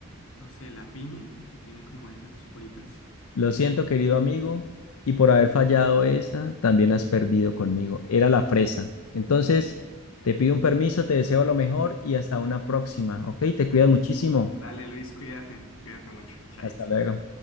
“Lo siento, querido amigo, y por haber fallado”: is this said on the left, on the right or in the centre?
Left